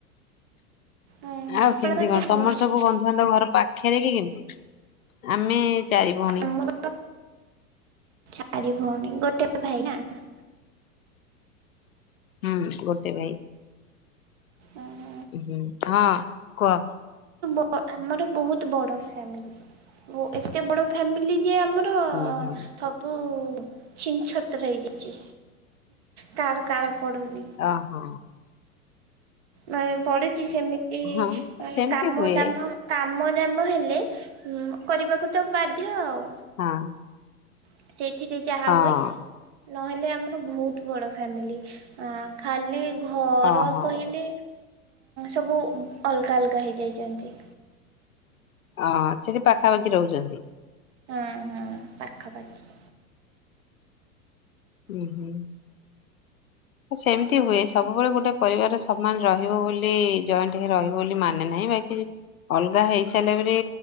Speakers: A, on the right; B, on the left.
A: ଓହୋ
B: ଆଉ
A: ଆପଣଙ୍କର
B: କେମିତି
A: କେତେ
B: କଣ ତମର
A: ଭଉଣୀ?
B: ସବୁ ବନ୍ଧୁବାନ୍ଧବ ଘର ପା ପାଖେରେ କି କେମିତି ଆମେ ଚାରି ଭଉଣୀ
A: ଆମର ଚାରି ଭଉଣୀ ଗୋଟେ ଭାଇନ ଆ
B: ହୁଁ ଗୋଟେ ଭାଇ।
A: ଓହୋ
B: ହୁଁ ହଁ କୁଅ
A: ଆ ଆମର ବହୁତ ବଡ ଫାମିଲି ଓ ଏତେ ବଡ ଫାମିଲି ଯେ ଆମର
B: ହୁଁ ହୁଁ
A: ସବୁ ଛିନ ଛାତ୍ର ହେଇଯାଇଛି କାହାର କାହାର ପଡୁନି
B: ଓ ହୋ
A: ମାନେ ପଡୁଛି ସେମିତି
B: ହଁ ସେମିତି
A: କାମ
B: ହୁଏ
A: ଦାମ କାମ ଆମ ଦାମ ହେଲେ କରିବାକୁ ତ ବାଧ୍ୟ ଆଉ
B: ହଁ
A: ସେ ସେଥିରେ ଯାହା
B: ହଁ
A: ହୁଏ ନହେଲେ ଆମର ବହୁତ ବଡ଼ ଫ୍ୟାମିଲି ଆଁ ଖାଲି ଘର
B: ଓହୋ।
A: କହିଲେ ସବୁ ଅଲଗା ଅଲଗା ହେଇଯାଇଛନ୍ତି
B: ଅ ସେଠି ପାଖାପାଖି ରହୁଛନ୍ତି
A: ହୁଁ ହୁଁ ପାଖାପାଖି
B: ହୁଁ ହୁଁ ସେମିତି ହୁଏ ସବୁବେଳେ ଗୋଟେ ପରିବାର ସମାନ ରହିବ ବୋଲି ଜଏଣ୍ଟ ହେ ରହିବ ବୋଲି ମାନେ ନାହିଁ ବାକି ଅଲଗା ହେଇସାରିଲା ପରେ